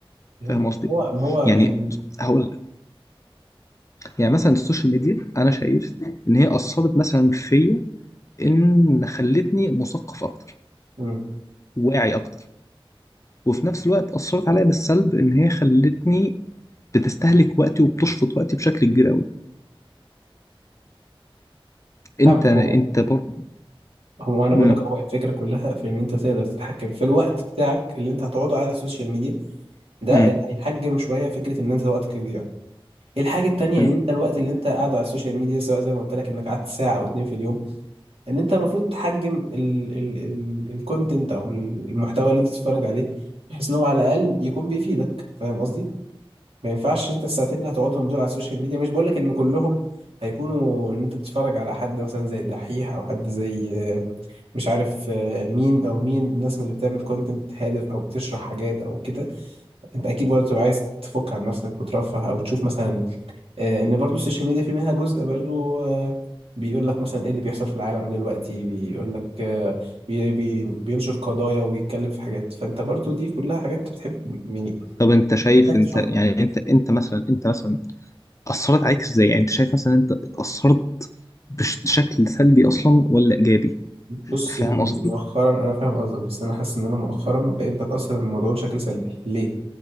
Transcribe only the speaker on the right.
فهمت
هو ما هو
يعني
مم.
فاهمك
هو
هو انا
بقول لك هو الفكره كلها في ان انت تقدر تتحكم في الوقت بتاعك اللي انت هتقعده على السوشيال ميديا ده
اللي هيحجم شويه فكره ان انت وقتك يضيع الحاجه التانيه
ان انت الوقت اللي انت قاعده على السوشيال ميديا سواء زي ما قلت لك انك قعدت ساعه او اتنين في اليوم ان انت المفروض تحجم ال ال ال الكونتنت او المحتوى اللي انت بتتفرج عليه بحيث ان هو على الاقل يكون بيفيدك فاهم قصدي ما ينفعش انت الساعتين اللي هتقعدهم دول على السوشيال ميديا مش بقولك ان كلهم هيكونوا ان انت تتفرج على حد مثلا زي الدحيح او حد زي آه، مش عارف آه، مين او مين الناس من اللي بتعمل كونتنت هادف او بتشرح حاجات او كده انت اكيد برضه تبقى عايز تفك عن نفسك وترفه او تشوف مثلا آه، ان برضه السوشيال ميديا في منها جزء برضه آه، بيقول لك مثلا ايه اللي بيحصل في العالم دلوقتي بيقول لك آه، بي بي بينشر قضايا ويتكلم في حاجات فانت برضه دي كلها حاجات بتحب يعني
محتاج
تشوفها
بص
يعني مؤخرا
انا فاهم قصدك بس انا حاسس ان انا مؤخرا بقيت بتاثر بالموضوع بشكل سلبي ليه